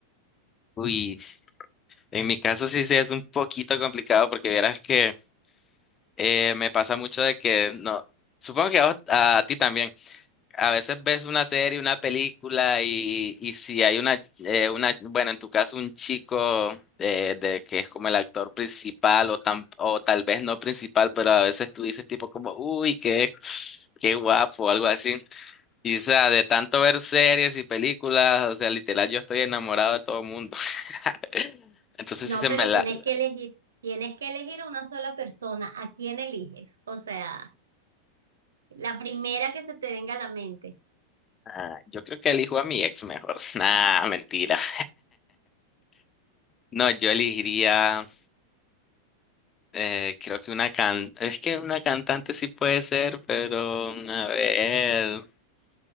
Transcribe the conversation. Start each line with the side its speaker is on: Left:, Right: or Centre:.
Left: Uy, en mi caso sí, sí es un poquito complicado porque verás que eh, me pasa mucho de que no, supongo que a, vos- a ti también. A veces ves una serie, una película y, y si hay una, eh, una, bueno, en tu caso un chico eh, de que es como el actor principal o, tan, o tal vez no principal, pero a veces tú dices tipo como, uy, qué, qué guapo, o algo así. Y o sea, de tanto ver series y películas, o sea, literal yo estoy enamorado de todo el mundo. <laughs> Entonces
Right: No,
Left: sí se
Right: pero
Left: me la...
Right: tienes
Left: la-
Right: que elegir, tienes que elegir a una sola persona. ¿A quién eliges? O sea, la primera que se te venga a la mente.
Left: ah, yo creo que elijo a mi ex mejor. <laughs> Nah, mentira. <laughs> No, yo elegiría. Eh, creo que una can... Es que una cantante sí puede ser, pero a ver,